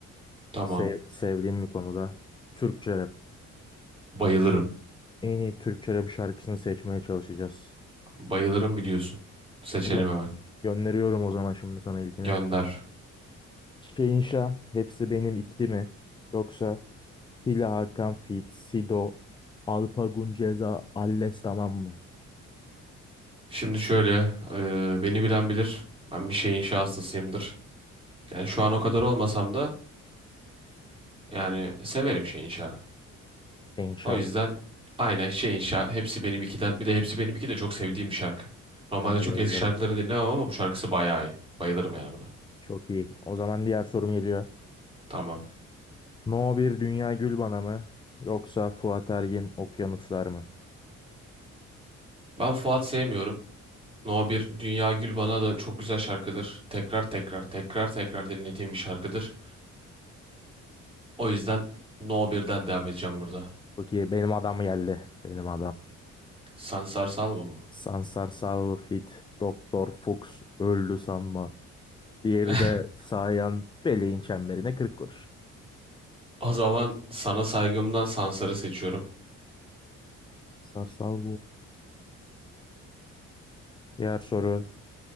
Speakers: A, on the right; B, on the left.
A: Tamam.
B: Se- sevdiğim bir konuda. Türkçe rap.
A: Bayılırım.
B: En iyi Türkçe rap şarkısını seçmeye çalışacağız.
A: Bayılırım biliyorsun. Seçelim
B: Gö-
A: hemen.
B: gönderiyorum o zaman şimdi sana ilkini.
A: Gönder.
B: Çiçeğin inşa Hepsi Benim ikili mi? Yoksa Hila Hakan Fit, Sido, Alpagun Ceza, Alles tamam mı?
A: Şimdi şöyle. e, beni bilen bilir. Ben bir şey inşa hastasıyımdır. Yani şu an o kadar olmasam da yani severim şey inşa.
B: Çiçek İnşa.
A: O yüzden aynen şey inşa. Hepsi benim ikiden. Bir de hepsi benim iki de çok sevdiğim bir şarkı. Normalde
B: Ben de
A: çok
B: bayılırım.
A: eski şarkılarını dinlemem ama bu şarkısı bayağı iyi. Bayılırım yani buna.
B: Çok iyi. O zaman diğer sorum geliyor.
A: Tamam.
B: No bir Dünya Gülbana mı? Yoksa Fuat Ergin Okyanuslar mı?
A: Ben Fuat sevmiyorum. No bir Dünya Gül bana da çok güzel şarkıdır. Tekrar tekrar tekrar tekrar dinlediğim bir şarkıdır. O yüzden No birden devam edeceğim burada.
B: Çok iyi. Benim adam geldi. Benim adam.
A: Sansar Salvo mu?
B: Sansar Sağ Fit. Doktor Fuchs. Öldü sanma. Diğeri
A: <laughs>
B: de Sayan Feleğin çemberine 40 kuruş.
A: O zaman sana saygımdan Sansar'ı seçiyorum.
B: Sansar Sağ Diğer soru.